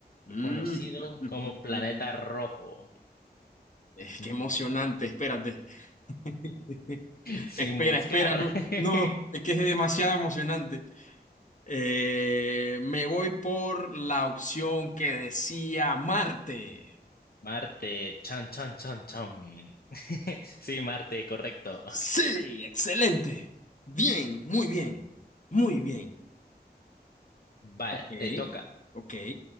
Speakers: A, on the left; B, on the left.
A: Mm.
B: conocido
A: <laughs>
B: como planeta rojo?
A: Es
B: <laughs>
A: que emocionante, espérate. <laughs>
B: Sin
A: Espera,
B: buscar.
A: espera, no,
B: <laughs>
A: no, es que es demasiado emocionante. Eh, me voy por la opción que decía Marte.
B: Marte, chan, chan, chan, chan. <laughs> Sí, Marte, correcto.
A: Sí, excelente. Bien, muy bien, muy bien.
B: Va,
A: Ok,
B: te toca.
A: ok.